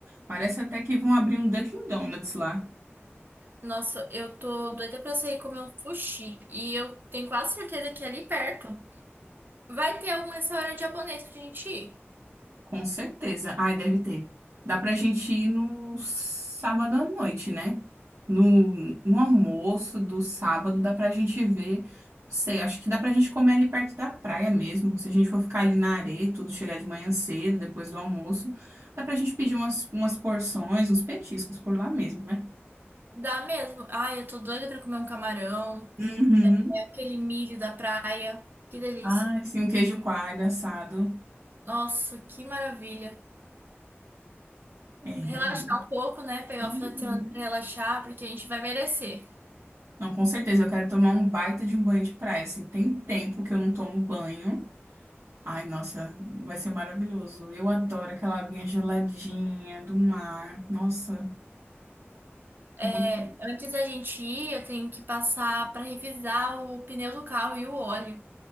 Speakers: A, on the right; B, on the right.
A: Parece até que vão abrir um Dunkin' Donuts lá.
B: Nossa, eu tô doida pra sair comer um sushi. E eu tenho quase certeza que é ali perto vai ter algum restaurante japonês pra gente ir.
A: Com certeza. Ai, deve ter. Dá pra gente ir no sábado à noite, né? No, no almoço do sábado, dá pra gente ver. Não sei, acho que dá pra gente comer ali perto da praia mesmo. Se a gente for ficar ali na areia e tudo, chegar de manhã cedo, depois do almoço, dá pra gente pedir umas, umas porções, uns petiscos por lá mesmo, né?
B: Dá mesmo. Ai, eu tô doida pra comer um camarão,
A: Uhum.
B: aquele milho da praia. Que delícia.
A: Ai, sim, um queijo coalho assado.
B: Nossa, que maravilha.
A: É,
B: Relaxar
A: realmente.
B: um pouco, né? Pegar
A: Uhum.
B: o final de semana pra relaxar, porque a gente vai merecer.
A: Não, com certeza, eu quero tomar um baita de um banho de praia, assim, tem tempo que eu não tomo banho. Ai, nossa, vai ser maravilhoso. Eu adoro aquela aguinha geladinha do mar. Nossa,
B: É,
A: muito-
B: antes da gente ir, eu tenho que passar pra revisar o pneu do carro e o óleo,